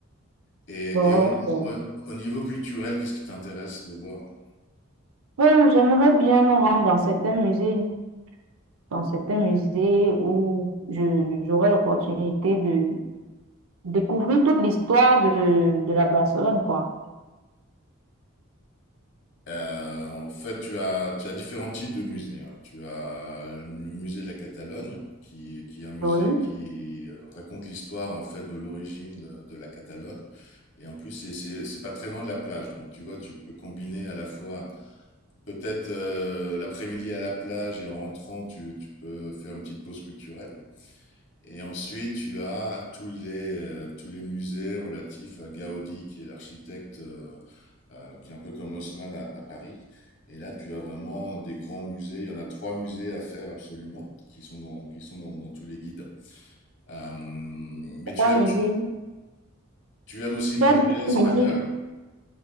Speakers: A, on the left (about 60°); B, on the right (about 80°).
A: Et,
B: d'autres.
A: et au, au- au niveau culturel, qu'est-ce qui t'intéresse de voir?
B: Bon, j'aimerais bien me rendre dans certains musées, dans certains musées où je, j'aurai l'opportunité de découvrir toute l'histoire de, de la Barcelone, quoi.
A: Euh, en fait, tu as, tu as différents types de musées. hein. Tu as le musée de la Catalogne, qui, qui est un musée
B: Oui,
A: qui euh, raconte l'histoire en fait de l'origine de, de la Catalogne. Et en plus, c'est, c'est, c'est pas très loin de la plage. Donc, tu vois, tu peux combiner à la fois peut-être euh, l'après-midi à la plage et en rentrant, tu, tu peux faire une petite pause culturelle. Et ensuite, tu as tous les, euh, tous les musées relatifs à Gaudi, qui est l'architecte, euh, euh, qui est un peu comme Haussmann à, à Paris. Et là, tu as vraiment des grands musées. Il y en a trois musées à faire absolument, qui sont dans, qui sont dans, dans tous les guides. Euh, mais
B: trois
A: tu aimes,
B: musées,
A: tu, tu aimes aussi manger
B: trois
A: espagnol?
B: musées.